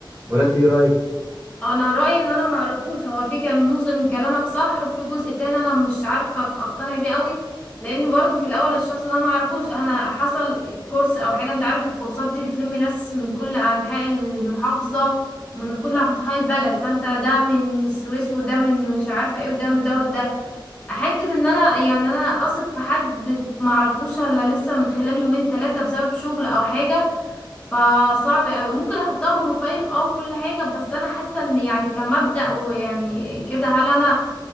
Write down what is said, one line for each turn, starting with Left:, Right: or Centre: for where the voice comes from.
Right: ولا انت ايه رأيك
Left: انا رأيي ان انا معرفوش هو في كان جزء من كلامك صح وفي جزء تاني انا مش عارفة اقتنع بيه قوي لان برضو في الاول الشخص ده انا معرفوش انا حصل كورس او حاجة انت عارف الكورسات دي بتلم ناس من كل انحاء المحافظة من كل انحاء البلد فانت ده من السويس وده من مش عارفة ايه وده من ده وده حتة ان انا يعني انا اثق في حد في- معرفوش الا لسه من خلال يومين ثلاثة بسبب شغل او حاجة فصعب اوي ممكن احطها بروفايل اه وكل حاجة بس انا حاسة ان يعني كمبدأ ويعني كده هل انا